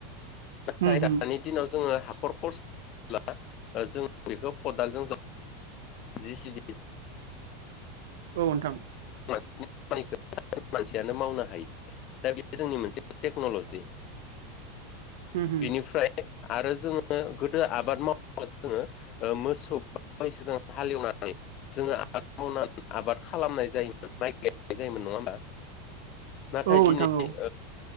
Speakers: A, on the left; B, on the right.
A: नाथाय
B: उम
A: दानि
B: उम
A: दिनाव जोङो हाखर खरब्ला जोङो बेखौ खदालजों जि सिबि
B: औ नोंथां।
A: <unintelligible> खामानिखौ मानसियानो मावनो हायो दा बेयो जोंनि मोनसे टेक्न'लजि
B: उम उम
A: बेनिफ्राय आरो जोङो गोदो आबाद मावब्ला जोङो मोसौ हालेवनानै जोङो आबाद मावनानै आबाद खालामनाय जायोमोन माइ गायनाय जायोमोन नङा होमबा।? नाथाय
B: औ नोंथां
A: दिनै
B: औ